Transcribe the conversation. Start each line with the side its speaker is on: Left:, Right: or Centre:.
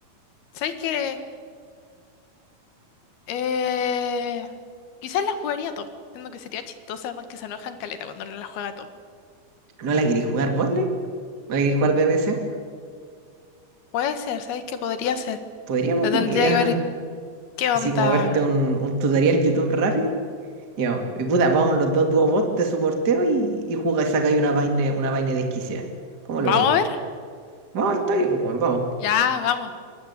Left: ¿sabéis que...? Eh, quizás la jugaría top, siendo que sería chistosa, además que se enojan caleta cuando no la juega top.
Right: ¿No la querís jugar botlane? ¿No la querís jugar de ADC?
Left: Puede ser, ¿sabéis que podría ser?
Right: Podríamos
Left: Lo
Right: bueno,
Left: tendría
Right: ir a
Left: que ver qué onda...
Right: así como verte un, un tutorial YouTube rápido. Y vamos, y puta, vamos los dos dúo bot, te soporteo y, y jugáis, sacáis una vaina, una vaina desquiciada. ¿Cómo
Left: Vamos
Right: lo veis?
Left: a ver.
Right: Vamos al toque, pues bueno, vamos.
Left: Ya, vamos. Vamos